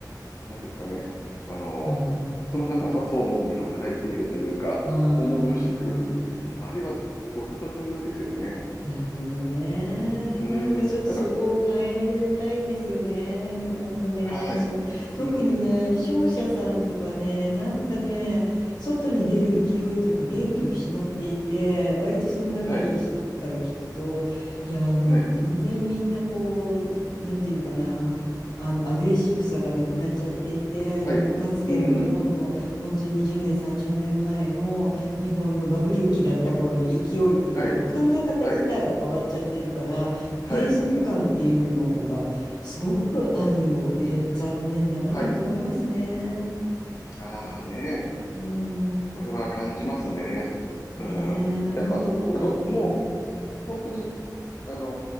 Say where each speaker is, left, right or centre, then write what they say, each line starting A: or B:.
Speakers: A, on the left; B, on the left.
A: 何ですかね、あの、
B: うん、
A: つまらなさそうに働いているというか、
B: あ
A: 重苦しい空気、
B: あ
A: あれは独特ですよね。
B: なるほどね。
A: うーん、
B: なんかちょっとそこを変えたいですよね。
A: なんか、
B: 日本のね、
A: はい、
B: 仕事。特にね、
A: うーん、
B: 商社さんとかね、なんかね、外に出る勢いというか元気を失っていて、割とその仲いい人とかから聞くと、
A: はい、
B: いやー、もう全然みんなこう、
A: はい、
B: なんていうのかな。あのアグレッシブさがなくなっちゃっていてもうかつての日本の本当に20年30年前の日本のバブル期だった頃の勢いっていうか、
A: はい、うーん、はい、
B: もう考え方自体が変わっちゃってるから、
A: はい、
B: 閉塞感っていうのがすごくあるようで残念だなと思いますね。
A: はい、うーん、はい。ああね、
B: うー
A: それは感じますね。
B: ん。ねえ、
A: うん。
B: もっとこう、
A: やっぱ、ど、
B: うん。
A: もう、本当に、あの